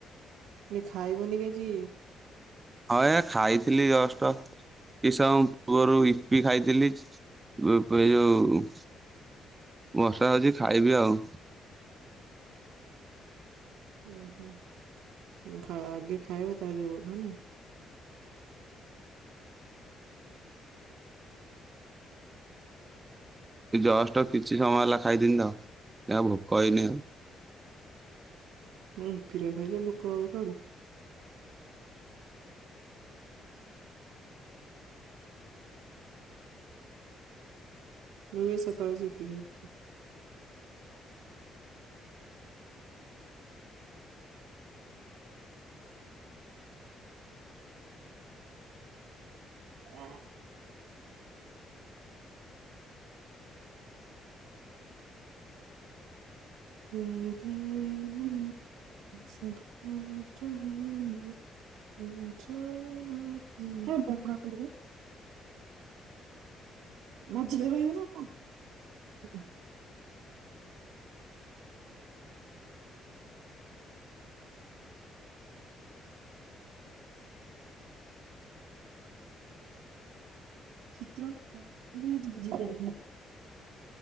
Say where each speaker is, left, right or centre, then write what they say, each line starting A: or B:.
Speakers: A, on the right; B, on the right.
A: ନି ଖାଇବୁନି କି ଆଜି?
B: ହଁ, ଏ ଖାଇଥିଲି ଜଷ୍ଟ! କିଛ ସମୟ ପୂର୍ବରୁ ଇପି ଖାଇଥିଲି। ପି-ପି ଯଉ ବର୍ଷା ହଉଛି, ଖାଇବି ଆଉ।
A: ଉଁ ହୁଁ, ଉଁ ଆଗେ ଖାଇବ, ତା'ପରେ ଯୋଉ କଥା ନା।
B: ଜଷ୍ଟ କିଛି ସମୟ ହେଲା ଖାଇଥିନି ତ, ଏଆ ଭୋକ ହେଇନି ଆଉ।
A: ଅଁ ଇପିରା ଖାଇଛ, ଭୋକହବ କୁଆଡ଼ୁ? ମୁଁ, ଏଇ ସକାଳେ ଆଜି ୟିପି ଖାଇଥିଲି। ଓ। <inaudible> ତେରେ ଲିଏ ସବ୍ କୁଛ ହେ ଏ। ପୁ ଛୋ ନା <unintelligible> ହେ ବଙ୍କା କୁଡ଼ବେ। ମଝିରେ ରହିବେ ନା କଣ? ଚିତ୍ର ଟା କଣ ବୋଲି ମୁଁ ବୁଝିପାଇଲିନି?